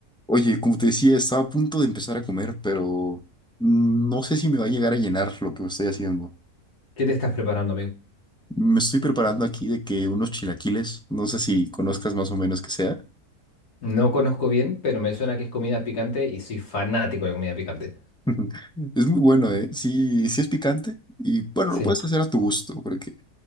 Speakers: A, in the centre; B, on the left (about 80°).
A: Oye, como te decía, estaba a punto de empezar a comer, pero no sé si me va a llegar a llenar lo que estoy haciendo.
B: ¿Qué te estás preparando, amigo?
A: Me estoy preparando aquí de que unos chilaquiles, no sé si conozcas más o menos que sea.
B: No conozco bien, pero me suena que es comida picante y soy fanático de la comida picante.
A: <laughs> Es muy bueno, ¿eh? Sí, sí es picante y bueno,
B: Sí,
A: lo puedes hacer a tu gusto, porque